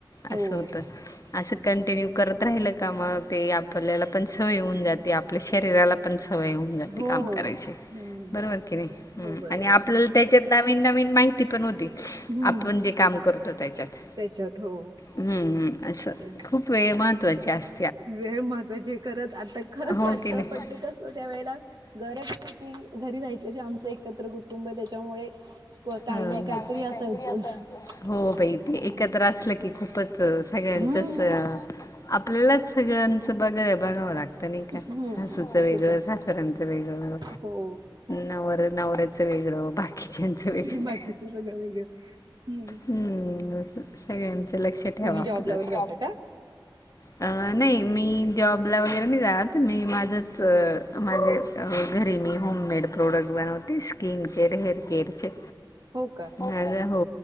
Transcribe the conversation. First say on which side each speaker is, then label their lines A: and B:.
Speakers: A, on the right (about 55°); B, on the left (about 45°).
A: हो
B: असं होतं असं कंटिन्यू
A: नाही
B: करत राहिल का म ते आपल्याला पण सवयी होऊन जाते आपल्या शरीराला पण सवय होऊन जाते
A: हो
B: काम
A: हो
B: कराय
A: हम्म
B: बरोबर की नाही
A: हो बरोबर
B: आपल्या त्याच्यात नवीन नवीन माहिती पण होती.
A: हम्म
B: आपण जे काम करतो त्याच्यात
A: त्याच्यात हो
B: हम्म हम्म अस
A: चालेल
B: खूप वेळ महत्त्वाची अस
A: वेळ महत्त्वाची खरंच आता खरंच
B: हो
A: वाटतं
B: की नाही
A: पण ते कस त्या वेळेला घराचीती घरी जाहायची अशी आमचं एकत्र कुटुंब त्याच्यामुळे काही
B: ह
A: नाही काहीतरी असायचंच
B: हो बई
A: हम्म
B: ते एकत्र असलं की खूपच. सळ्यांच्याच
A: हम्म
B: आपल्यालाच सगळ्यांचं बघा बघावं लागतं नाही
A: हम्म
B: का सासुच
A: असंच
B: वेगळ
A: होत
B: सास ऱ्यांच वेगळ.
A: हो
B: नवर नवऱ्याचं वेगळं बाकीच्याचं वेगळं.
A: बाकीच सगळं वेगळं हम्म
B: हम्म सगळ्यांचं
A: बर
B: लक्ष ठेवा
A: तुम्ही
B: आपणच.
A: जॉबला वर जाता का
B: अ नाही मी जॉबला वगैरे नाही जात मी माझंच माझे घरी मी होममेड प्रोडक्ट बनवते स्किन केअर हेअर केअरचे
A: हो का.
B: माझा हो